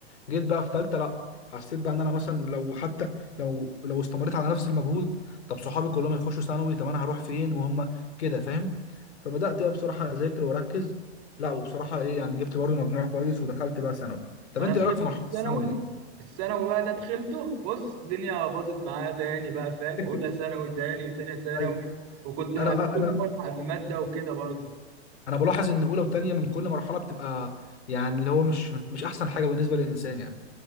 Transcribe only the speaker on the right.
ما
انا
دخلت
الثانوي
الثانوي بقى ده دخلته بص الدنيا باظت معايا تاني بقى فاهم
اولى ثانوي تاني تانية ثانوي
وكنت هكون
ملحق في ماده وكده برضه